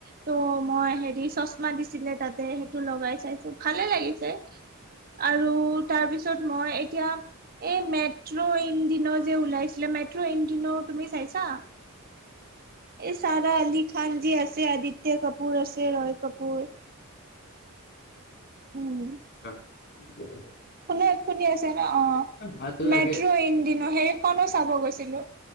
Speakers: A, on the right; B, on the left.
A: ত' মই থ্ৰী দী চশমা দিছিলে তাতে সেইটো লগাই চাইছোঁ ভালেই লাগিছে। আৰু তাৰ পিছত মই এতিয়া এই মেট মেট্ৰ' ইন ডিন' যে ওলাইছিলে! মেট্ৰ' ইন ডিন' তুমি চাইছা? এই চাৰা আলি খান যে আছে, আদিত্য কাপুৰ আছে ৰয় কাপুৰ উম।
B: <inaudible>
A: শুনে শুনি আছে ন? অ'
B: ভাল লাগে।
A: মেট্ৰো ই ইন ডিন' সেইখনে চাব গৈছিলোঁ।